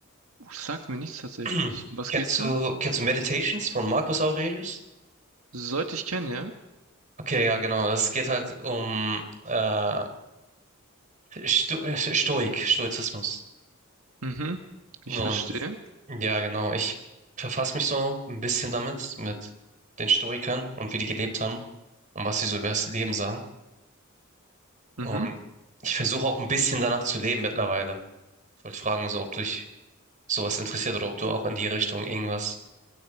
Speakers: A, on the right; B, on the right.
A: Uh, sagt mir nichts tatsächlich.
B: <clears throat>
A: Um was
B: Kennst
A: geht's
B: du,
A: da?
B: kennst du Meditations von Marcus Aurelius?
A: Sollte ich kennen, ja?
B: Okay, ja, genau. Es geht halt um äh, Sto Stoik, Stoizismus.
A: Mhm.
B: Und
A: Ich verstehe.
B: ja, genau, ich verfasse mich so ein bisschen damit, mit den Stoikern und wie die gelebt haben und was sie so über das Leben sagen. Und
A: Mhm.
B: ich versuche auch ein bisschen danach zu leben mittlerweile. Ich wollte fragen, so, ob dich sowas interessiert oder ob du auch in die Richtung irgendwas